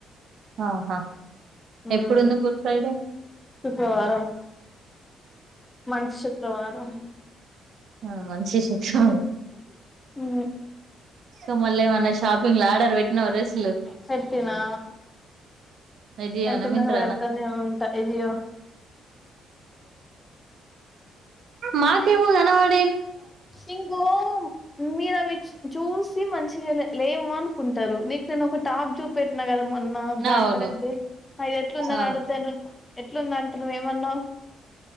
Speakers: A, on the right; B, on the left.
A: ఆహా
B: మ్మ్
A: ఎప్పుడుంది గుడ్ ఫ్రైడే
B: శుక్రవారం మంచి శుక్రవారం
A: ఆ మంచి శుక్రవారం
B: హ్మ్
A: ఇంక మల్లేమైన షాపింగ్ లా ఆర్డర్ పెట్టినావ డ్రెస్
B: పెట్టినా
A: విజయనా
B: కానీ తిన్నగా
A: మింత్రానా
B: పెడతానే ఉంటా ఇదియ్యో
A: మాకేమో కనబడు
B: ఇంగో మీరా విచ్ చూసి మంచిగా లే లేవు అనుకుంటారు నీకు నేను ఒక టాప్ చూపెట్టినా కదా మొన్నా బ్లాక్
A: అవును
B: కలర్ది ఇది ఎట్లుంద అని
A: అవును
B: అడిగితే నువ్వు ఎట్లుంద అంటే నువ్వేమన్నవ్